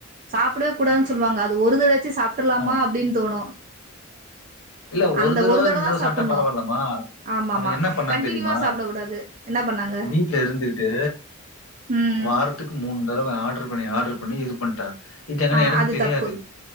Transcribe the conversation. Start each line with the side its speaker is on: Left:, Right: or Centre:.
Right: சாப்பிடவே கூடாது சொல்லுவாங்க அது அத ஒரு தடவயாச்சு சாப்டுர்லாமா
Left: ஆ
Right: அப்டினு தோணு
Left: இல்ல
Right: அந்த
Left: ஒரு தரவ
Right: தடவ
Left: ரெண்டு
Right: தா
Left: தரவ
Right: சாப்புட்ணு
Left: சாப்டா பரவாலமா
Right: ஆமாமா
Left: அவ என்ன பண்ணான்
Right: கண்டினியூவா
Left: தெரிமா
Right: சாப்பிடக் கூடாது என்ன பண்ணாங்க
Left: வீட்ல இருந்துட்டு
Right: ம்
Left: வாரத்துக்கு மூணு தடவ ஆடுரு பண்ணி ஆடுரு பண்ணி இது பண்டா இத்தெங்கன்னா
Right: ஆ
Left: எனக்கு
Right: அது
Left: தெரியாது
Right: தப்பு